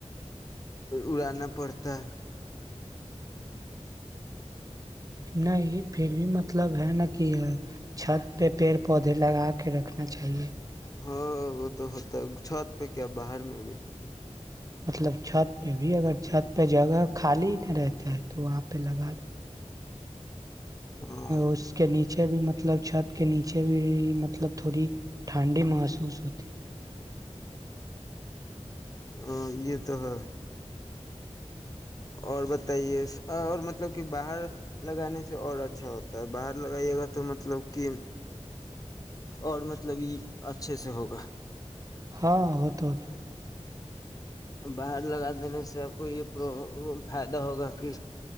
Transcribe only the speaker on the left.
اڑانا پڑتا ہے
ہاں وہ تو ہوتا ہے چھت پہ کیا باہر میں بھی
ہاں
ا یہ تو ہے اور بتائیے اور مطلب کہ باہر لگانے سے اور اچھا ہوتا ہے باہر لگائیے گا تو مطلب کہ اور مطلب یہ اچھے سے ہوگا
باہر لگا دینے سے آپ کو یہ پر فائدہ ہوگا کہ